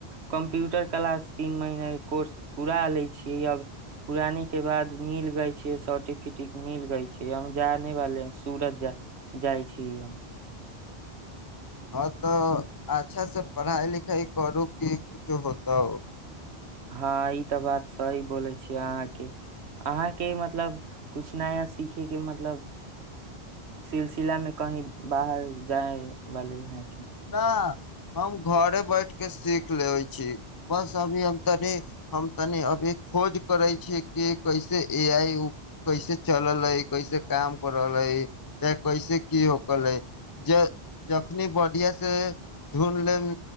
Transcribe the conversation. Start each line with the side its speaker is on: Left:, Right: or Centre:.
Right: कम्प्यूटर क्लासक तीन महीनाक कोर्स पूरा कऽ लेने छी, आब पढ़ाइ पूरा भेलाक बाद हमरा सर्टिफिकेट सेहो भेटि गेल अछि। हम सूरत जाएब, हम जानि रहल छी जे सूरत जाएब।
Left: हँ तऽ अच्छा से पढ़ाइ लिखाइ करू कि किछु हेतु
Right: हँ ई तऽ बात सही बोलै छीिय अहाँके अहाँके मतलब कुछ नया सीखेके मतलब सिलसिलामे कहीं बाहर जाइ बली ह
Left: नहि हम घरे बैस कऽ सीखि लेब, बस एखन हम तनी खोज करैत छी जे एआई कृत्रिम बुद्धिमत्ता केना चलैत छै, केना काज करैत छै आ एकर उपयोग केना कएल जाइत छै। जेना जेना नीक सँ बुझाइत जाएत, तेना तेना हम सीखैत जाएब। से ढूढ लेब